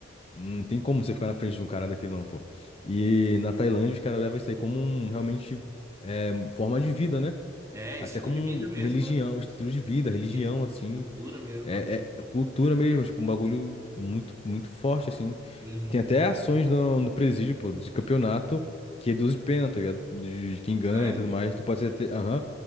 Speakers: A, on the left (about 30°); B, on the right (about 15°).
A: Não tem como você ficar na frente de um cara daqui, não, pô. E na Tailândia, os caras levam isso aí como um, realmente, é, forma de vida, né?
B: É,
A: Até
B: é, estilo
A: como
B: de
A: um-
B: vida mesmo,
A: religião,
B: é.
A: um estilo de vida, religião,
B: Isso, isso.
A: assim,
B: Cultura mesmo,
A: é,
B: é.
A: é cultura mesmo, tipo, um bagulho muito, muito forte, assim.
B: Uhum.
A: Tem até ações no, no presídio, pô, de campeonato que reduz pena, tá ligado? De, de quem ganha
B: É?
A: e tudo mais. Tu pode ser até, aham,